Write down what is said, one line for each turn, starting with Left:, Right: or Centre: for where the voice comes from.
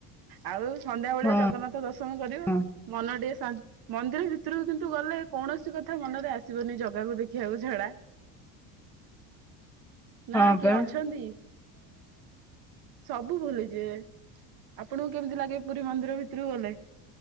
Right: ଆଉ। ସନ୍ଧ୍ୟାବେଳେ
Centre: ହଁ
Right: ଜଗନ୍ନାଥ ଦର୍ଶନ କରିବା
Centre: ହଁ
Right: ମନ ଟିକେ ଶାନ୍ତି ମନ୍ଦିର ଭିତରେ ଭିତରୁ କିନ୍ତୁ ଗଲେ କୌଣସି କଥା ମନରେ ଆସିବନି ଜଗାକୁ ଦେଖିବାକୁ ଛଡା। ନା
Centre: ହଁ
Right: କିଏ
Centre: ବା
Right: ଅଛନ୍ତି? ସବୁ ଭୁଲିଯିବ ଆପଣଙ୍କୁ କେମତି ଲାଗେ? ପୁରୀ ମନ୍ଦିର ଭିତରୁକୁ ଗଲେ।